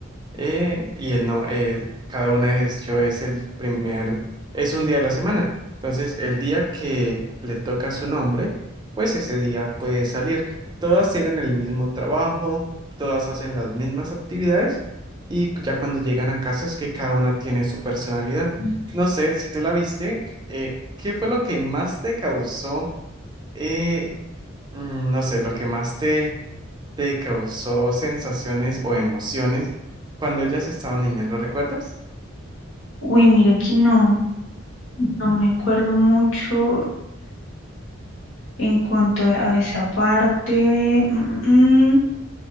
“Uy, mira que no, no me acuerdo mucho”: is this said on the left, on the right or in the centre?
Left